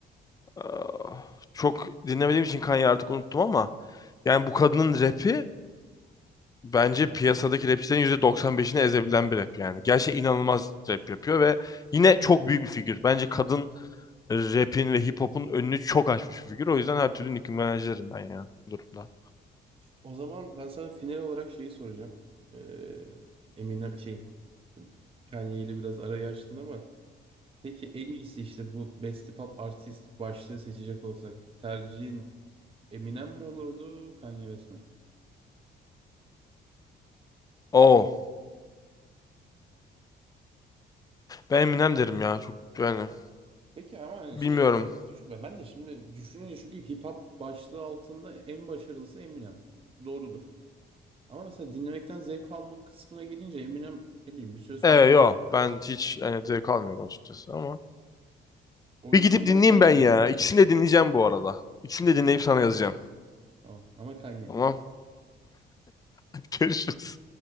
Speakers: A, on the left; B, on the right.
A: ah, çok dinlemediğim için Kanye'yi artık unuttum ama yani bu kadının rapi bence
B: Hı?
A: piyasadaki rapçilerin %95'ini ezebilen bir rap yani. Gerçekten inanılmaz rap yapıyor ve yine çok büyük bir figür. Bence kadın rapin ve hip hop'un önünü çok açmış bir figür. O yüzden her türlü Nicki Minaj'lerim ben ya bu durumda.
B: O zaman ben sana final olarak şeyi soracağım. Ee, Eminem şey Kanye ile biraz arayı açtın ama peki en iyisi işte bu Best Pop Artist başlığı seçecek olsak tercihin Eminem mi olurdu, Kanye West mi?
A: Oo. Ben Eminem derim ya. Çok yani.
B: Peki ama hani
A: Bilmiyorum.
B: şey olarak düşün, ben ben de şimdi düşününce çünkü hip hop başlığı altında en başarılısı Eminem. Doğrudur. Ama mesela dinlemekten zevk alma kısmına gelince Eminem ne bileyim bir süre sonra
A: Ee yo. Ben hiç yani zevk almıyorum açıkçası ama.
B: o
A: Bir
B: yüzden
A: gidip dinleyeyim
B: ben Kanye
A: ben ya.
B: derim.
A: İkisini de dinleyeceğim bu arada. İkisini de dinleyip sana yazacağım.
B: Tamam ama Kanye.
A: Tamam. <laughs> Görüşürüz.